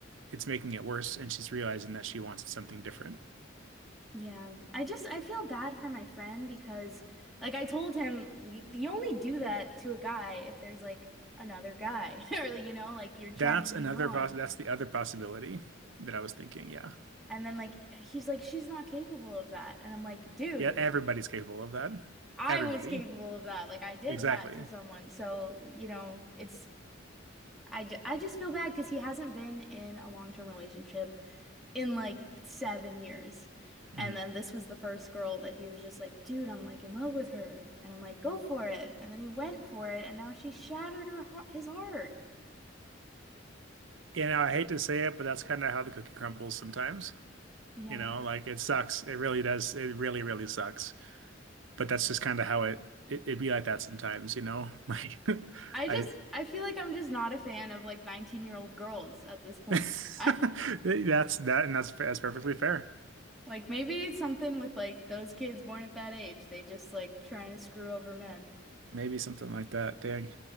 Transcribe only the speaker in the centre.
Yeah. I just I feel bad for my friend because like I told him y- you only do that to a guy if there's like another guy <laughs> or like, you know like you're trying
to move
on.
And then like he's like she's not capable of that. And I'm like, dude,
I
was capable of that. Like I did
that to someone. So, you know, it's I, ju- I just feel bad because he hasn't been in a long-term relationship in like seven years.
And then this was the first girl that he was just like, dude, I'm like in love with her. And I'm like, go for it. And then he went for it, and now she shattered her heart, his heart.
Yeah.
I just
I feel like I'm just not a fan of like 19-year-old girls at this
point.
<laughs>
Like maybe it's something with like those kids born at that age. They just like trying to screw over men.